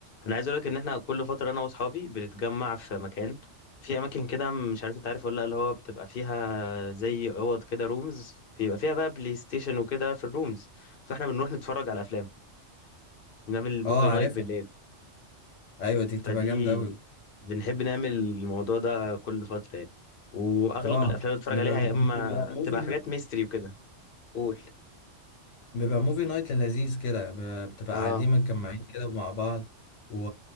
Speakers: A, on the left; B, on the left.
A: انا عايز اقول لك ان احنا كل فتره انا واصحابي بنتجمع في مكان في اماكن كده مش عارف انت عارف ولا لا اللي هو بتبقى فيها زي اوض كده رومز بيبقى فيها بقى بلاي ستيشن وكده في الرومز فاحنا بنروح نتفرج على افلام نعمل موفي
B: اه
A: نايت
B: عارفها
A: بالليل
B: ايوه دي بتبقى
A: فدي
B: جامده قوي
A: بنحب نعمل الموضوع ده كل فتره يعني واغلب
B: اه
A: الافلام اللي بنتفرج
B: بيبقى
A: عليها يا
B: بيبقى
A: اما
B: موفي
A: بتبقى حاجات ميستري وكده قول
B: بيبقى موفي نايت لذيذ كده ب- بتبقى
A: اه
B: قاعدين متجمعين كده مع بعض و...